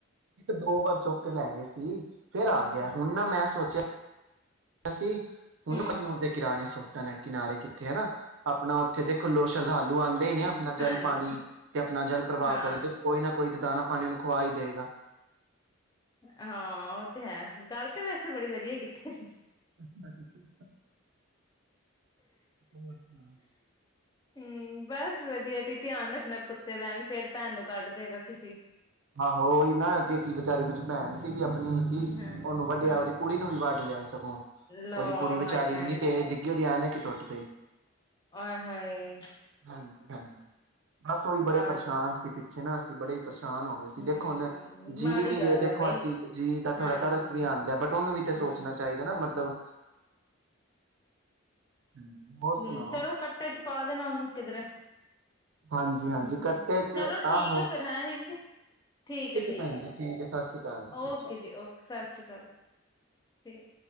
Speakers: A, on the right; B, on the left.
A: ਦੋ ਵਾਰ ਚੁੱਕ ਕੇ ਲੈ ਗਏ ਸੀ ਫੇਰ
B: ਹੂੰ
A: ਆ ਗਿਆ, ਹੁਣ ਨਾ ਮੈਂ ਸੋਚਿਆ ਅਸੀਂ ਉਹਨੂੰ
B: ਹੂੰ
A: ਕਰਨੂਰ ਦੇ ਕਿਰਾਣੇ ਕਿਨਾਰੇ ਕੀਤੇ ਆ ਨਾ ਆਪਣਾ ਉੱਥੇ ਦੇਖੋ ਲੋਕ ਸ਼ਰਧਾਲੂ ਆਉਂਦੇ ਹੀ ਨੇ ਆਪਣਾ
B: ਹਾਂਜੀ
A: ਜਲ ਪਾਣੀ ਤੇ ਆਪਣਾ ਜਲ ਪ੍ਰਵਾਹ
B: ਹਾਂ
A: ਕਰਨ ਦੇ ਕੋਈ ਨਾ ਕੋਈ ਤੇ ਦਾਣਾ ਪਾਣੀ ਉਹਨੂੰ ਖਵਾ ਹੀ ਦੇਵੇਗਾ
B: ਹਾਂ, ਉਹ ਤੇ ਹੈ ਗੱਲ ਤੇ ਵੈਸੇ ਬੜੀ ਵਧੀਆ ਕੀਤੀ ਤੁਸੀ।
A: ਹਾਂਜੀ, ਹੋਰ ਸੁਣਾਉ।
B: ਹੂੰ, ਬਸ ਵਧੀਆ ਤੇ ਧਿਆਨ ਰੱਖਣਾ ਕੁੱਤੇ ਦਾ ਐਵੇਂ ਫੇਰ ਤਹਾਨੂੰ ਕੱਟ ਦੇਵੇਗਾ ਕਿਸੀ
A: ਆਹੋ ਉਹੀ ਨਾ, ਅੱਗੇ ਕੀ ਵਿਚਾਰੀ ਭੈਣ ਸੀ। ਆਪਣੀ ਸੀ
B: ਹਾਂ
A: ਉਹਨੂੰ ਵੱਡਿਆ,
B: ਹੂੰ
A: ਉਹਦੀ ਕੁੜੀ ਨੂੰ ਵੀ ਵੱਡ ਲਿਆ ਸੀ।
B: ਲੋ
A: ਕੁੜੀ ਵਿਚਾਰੀ
B: ਹਾਏ ਹਾਏ
A: ਨਹੀਂ ਤੇ ਕਿਆ ਨਾ ਕਿ ਟੁੱਟ ਗਈ
B: ਆਏ ਹਾਏ
A: ਹਾਂਜੀ ਹਾਂਜੀ। ਬਸ ਉਹੀ ਬੜੇ
B: ਨਾ
A: ਪਰੇਸ਼ਾਨ ਸੀ ਪਛ ਪਿਛੇ ਨਾ ਅਸੀਂ ਬੜੇ ਹੀ ਪਰੇਸ਼ਾਨ ਅਸੀਂ
B: ਹੂੰ
A: ਦੇਖੋਨ ਜੀਅ
B: ਮਾੜੀ
A: ਵੀਏ
B: ਗੱਲ
A: ਦੇਖੋ
B: ਹੈ ਬਈ
A: ਅਸੀਂ ਜੀਅ ਦਾ
B: ਹਾਂਜੀ
A: ਥੋੜਾ ਤਰਸ ਵੀ ਆਉਂਦਾ ਬਟ ਉਹਨੂੰ ਵੀ ਤੇ
B: ਹੂੰ
A: ਸੋਚਣਾ ਚਾਹੀਦਾ ਨਾ ਮਤਲਬ ਹਾਂਜੀ ਹੋਰ
B: ਹਮ
A: ਸੁਣਾਓ?
B: ਚਲੋ ਕੱਟੇ ਚ ਪਾ ਦੇਣਾ ਉਹਨੂੰ ਕਿਧਰੇ
A: ਹਾਂਜੀ ਹਾਂਜੀ
B: ਹੂੰ
A: ਕੱਟੇ ਚ
B: ਚਲੋ ਠੀਕ
A: ਆਹੋ
B: ਹੈ ਫੇਰ ਹੈਂ ਵੀਰ ਜੀ ਠੀਕ ਹੈ ਠੀਕ
A: ਭੈਣ
B: ਹੈ
A: ਜੀ ਸਤਿ ਸ੍ਰੀ ਅਕਾਲ ਜੀ
B: ਓਕੇ
A: ਸਤਿ ਸ਼੍ਰੀ
B: ਜੀ ਓਕੇ ਸਤਿ ਸ਼੍ਰੀ ਅਕਾਲ ਜੀ ਠੀਕ